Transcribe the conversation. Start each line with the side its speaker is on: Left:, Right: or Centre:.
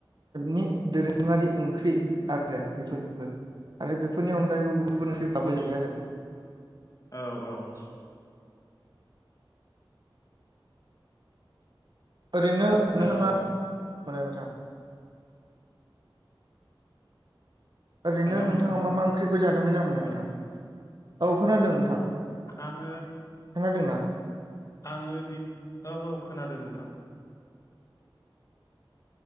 Right: नि दोरोङारि ओंख्रि आरो बेफोरबो आरो बेफोरनि अनगायैबो गुबुन गुबुन ओंख्रि बाबो जायो आरो
Left: औ औ
Right: ओरैनो
Left: हेलौ
Right: नोंथाङा नोंथां ओरैनो
Left: हेलौ
Right: नोंथाङा
Left: नोंथां
Right: मा मा ओंख्रिखौ जानो मोजां मोनो
Left: औ
Right: नोंथां औ खोनादों नोंथां
Left: आङो
Right: खोनादोंना
Left: आङो बि औ औ खोनादों नोंथां